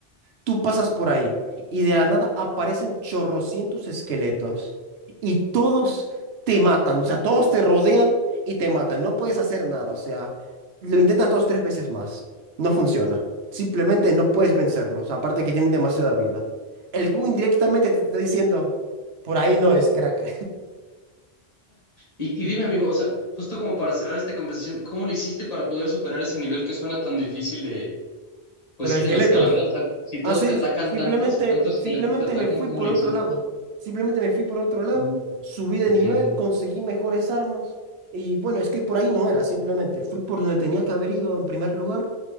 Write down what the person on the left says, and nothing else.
Y, y dime, amigo, o sea, justo como para cerrar esta conversación, ¿cómo le hiciste para poder superar ese nivel que suena tan difícil de
Pues
sí,
de las calaveras. o sea, si todos
te atacan
tanto, si tantos esqueletos
te atacan,
¿cómo
le
hiciste?
Mm,
ok.